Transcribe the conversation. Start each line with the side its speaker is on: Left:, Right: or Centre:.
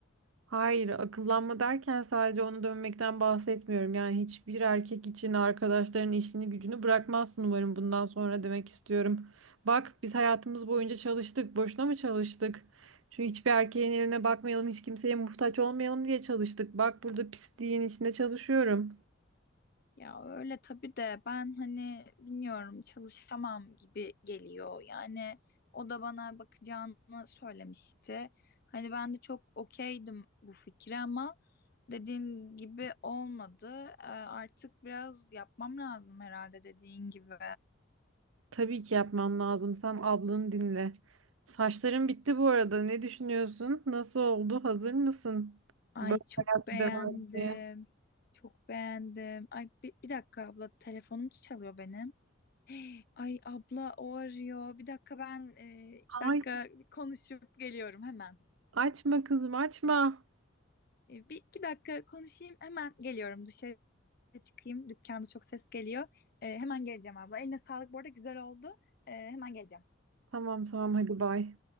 Right: Hayır, akıllanma derken sadece onu dönmekten bahsetmiyorum. Yani hiçbir erkek için arkadaşların işini gücünü bırakmazsın umarım bundan sonra demek istiyorum. Bak biz hayatımız boyunca çalıştık. Boşuna mı çalıştık? Çünkü hiçbir erkeğin eline bakmayalım, hiç kimseye muhtaç olmayalım diye çalıştık. Bak burada pisliğin içinde çalışıyorum.
Left: Ya öyle tabii de ben hani bilmiyorum çalışamam gibi geliyor. Yani o da bana bakacağını söylemişti. Hani ben de çok okeydim bu fikre ama dediğim gibi olmadı. Ee, Artık biraz yapmam lazım herhalde dediğin gibi.
Right: Tabii ki yapmam lazım. Sen ablanı dinle. Saçların bitti bu arada. Ne düşünüyorsun? Nasıl oldu? Hazır mısın?
Left: Ay
Right: Böyle
Left: çok
Right: hayatı
Left: beğendim.
Right: devam etmeye.
Left: Çok beğendim. Ay bir, bir dakika abla telefonum çalıyor benim. Ay abla o arıyor. Bir dakika ben e, iki
Right: Hayır.
Left: dakika konuşup geliyorum hemen.
Right: Açma kızım açma.
Left: E, bir iki dakika konuşayım hemen geliyorum. Dışarı çıkayım. Dükkanda çok ses geliyor. E, hemen geleceğim abla. Eline sağlık bu arada güzel oldu. E, hemen geleceğim.
Right: Tamam tamam hadi bay.